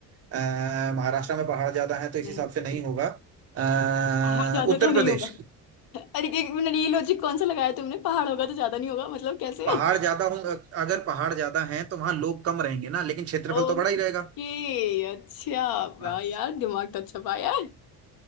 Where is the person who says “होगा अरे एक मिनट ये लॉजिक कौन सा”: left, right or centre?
Left